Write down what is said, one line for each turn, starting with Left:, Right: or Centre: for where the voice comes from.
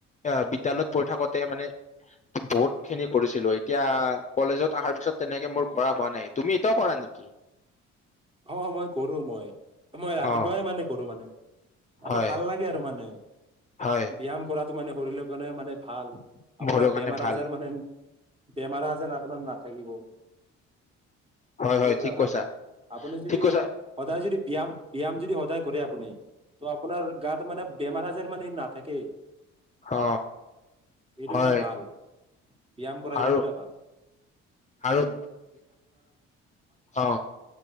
Left: অ বিদ্যালয়ত পঢ়ি থাকোতে মানে বহুত খিনি কৰিছিলো এতিয়া কলেজত অহাৰ পিছত তেনেকে মোৰ কৰা হোৱা নাই তুমি এতিয়াও কৰা নেকি।
Right: অ মই কৰো মই মই ৰাতিপুৱাই
Left: অ
Right: মানে কৰো মানে। মানে
Left: হয়
Right: ভাল লাগে আৰু মানে।
Left: হয়
Right: ব্যায়াম কৰা। মানে শৰিৰৰ কাৰণে মানে ভাল। আপোনাৰ
Left: ভৰিৰ কাৰণে
Right: বেমাৰ
Left: ভাল
Right: আজাৰ মানে। বেমাৰ আ যেন আপোনাৰ নাথাকিব
Left: হয়
Right: এইটো
Left: হয়
Right: এটা
Left: ঠিক
Right: ভাল।
Left: কৈছা
Right: আপুনি যদি
Left: ঠিক কৈছা
Right: সদায় যদি ব্যায়াম ব্যায়াম যদি সদায় কৰে আপুনি ত আপোনাৰ গাত মানে বেমাৰ আজাৰ মানে নাথাকেই।
Left: অ
Right: এইটো
Left: হয়
Right: এটা ভাল ব্যায়াম কৰা এইটো
Left: আৰু
Right: এটা ভাল।
Left: আৰু অ